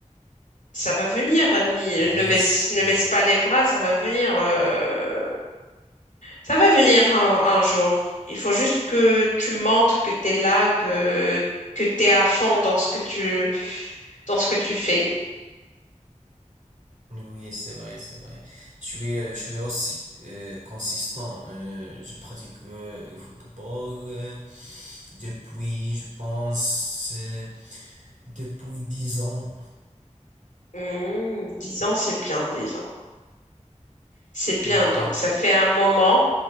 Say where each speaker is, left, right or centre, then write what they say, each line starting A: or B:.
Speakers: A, on the left; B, on the right.
A: Ça va venir. Ni-
B: Oui,
A: ne baisse,
B: je-
A: ne
B: oui,
A: baisse pas les bras, ça va venir. euh, Ça va venir un, un jour. Il faut juste que tu montres que tu es là, que, que tu es à fond dans ce que tu, dans ce que tu fais.
B: Oui, c'est vrai, c'est vrai. Je suis, euh, je suis aussi euh, consistant. euh, je pratique euh, le football euh, depuis, je pense, euh, depuis 10 ans.
A: Mmh, 10 ans, c'est bien, Dix ans. C'est bien,
B: Ah
A: donc
B: oui.
A: ça fait un moment.